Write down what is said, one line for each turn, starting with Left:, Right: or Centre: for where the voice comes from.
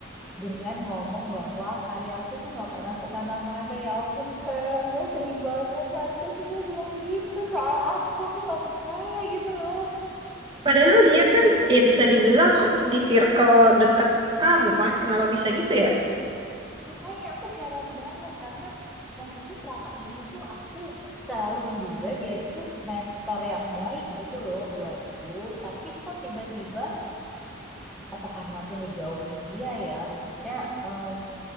Centre: dengan ngomong bahwa karyaku tuh nggak pernah kemana-mana ya ampun Feb gue sedih banget masa sih dia bilang gitu soal aku aku nggak percaya gitu loh
Right: Padahal dia kan ya bisa dibilang di circle deket kamu kan, kenapa bisa gitu ya?
Centre: makanya aku heran banget karena maksudku selama ini tuh aku selalu menduga dia itu mentor yang baik gitu loh buatku tapi kok tiba-tiba apa karena aku ngejauhin dia ya maksudnya em,